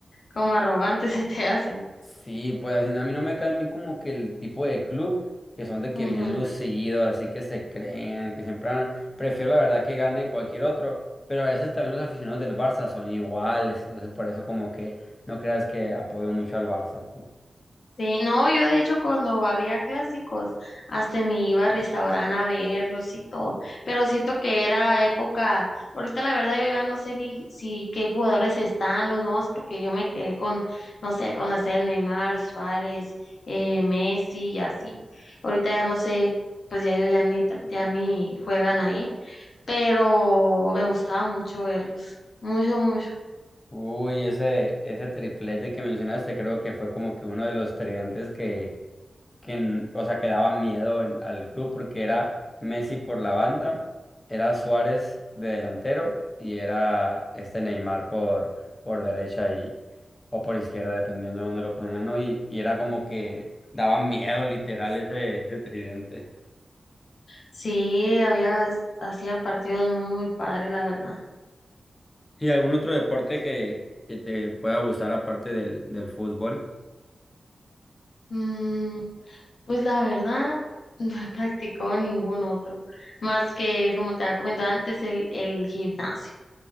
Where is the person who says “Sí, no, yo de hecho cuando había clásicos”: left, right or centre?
Left